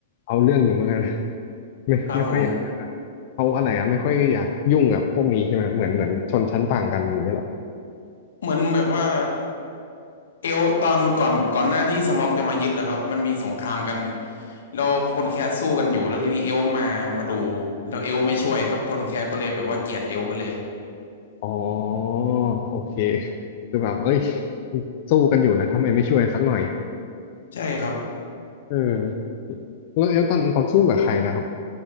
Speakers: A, on the left (about 45°); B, on the left (about 85°).
A: เอาเรื่องอยู่เหมือนกัน <laughs> ไม่ไม่ค่อยอยากแบบเขาอะไรอะไม่ค่อยอยากยุ่งกับพวกนี้ใช่ไหมเหมือนเหมือนชนชั้นต่างกันอย่างเงี้ยเหรอ
B: ครับผมเหมือนแบบว่า เอลตอนก่อนก่อนหน้าที่สม็อกจะมายึดนะครับมันมีสงครามกันแล้วคนแคสสู้กันอยู่แล้วทีนี้เอลมามาดูแล้วเอลไม่ช่วยครับคนแคสก็เลยแบบว่าเกลียดเอลไปเลย
A: อ๋อโอเคคือแบบเอ้ยสู้กันอยู่นะทำไมไม่ช่วยสักหน่อย
B: ใช่ครับ
A: เออแล้วเอลตอนนั้นเขาสู้กับใครนะครับ